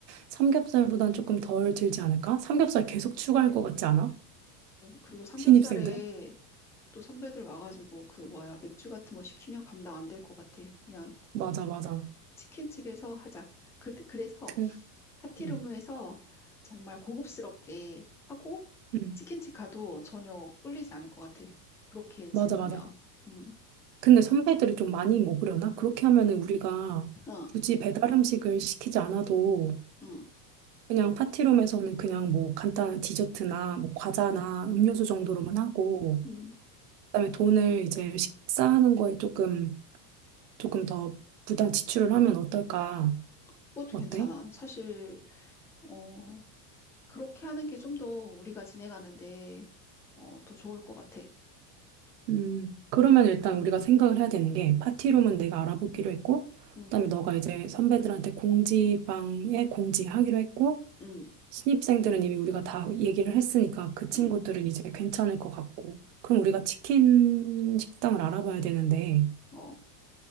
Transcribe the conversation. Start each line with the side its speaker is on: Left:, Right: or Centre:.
Right: 삼겹살보단 조금 덜 들지 않을까? 삼겹살 계속 추가할 것 같지 않아?
Centre: 그리고 삼겹살에
Right: 신입생들?
Centre: 또 선배들 와가지고 그 뭐야, 맥주 같은 거 시키면 감당 안 될 것 같아. 그냥
Right: 맞아 맞아
Centre: 치킨집에서 하자. 그, 그래서
Right: 그
Centre: 파티룸에서
Right: 음,
Centre: 정말 고급스럽게 하고
Right: 음,
Centre: 치킨집 가도 전혀 꿀리지 않을 것 같아. 그렇게 진행하면.
Right: 맞아 맞아
Centre: 음,
Right: 근데 선배들이 좀 많이 먹으려나? 그렇게 하면은 우리가
Centre: 어,
Right: 굳이 배달 음식을 시키지 않아도
Centre: 음,
Right: 그냥 파티룸에서는 그냥 뭐 간단한 디저트나 뭐 과자나 음료수 정도로만 하고
Centre: 음.
Right: 그다음에 돈을 이제 식사하는 거에 조금 조금 더 부담 지출을 하면 어떨까?
Centre: 그것도
Right: 어때?
Centre: 괜찮아. 사실, 어, 그렇게 하는 게 좀 더 우리가 진행하는데, 어, 더 좋을 것 같아.
Right: 음, 그러면 일단 우리가 생각을 해야 되는 게 파티룸은
Centre: 음,
Right: 내가 알아보기로 했고
Centre: 음,
Right: 그다음에 너가 이제 선배들한테 공지방에 공지하기로 했고
Centre: 음,
Right: 신입생들은 이미 우리가 다 얘기를 했으니까 그 친구들은
Centre: 음.
Right: 이제 괜찮을 것 같고. 그럼 우리가 치킨 식당을 알아봐야 되는데.
Centre: 어,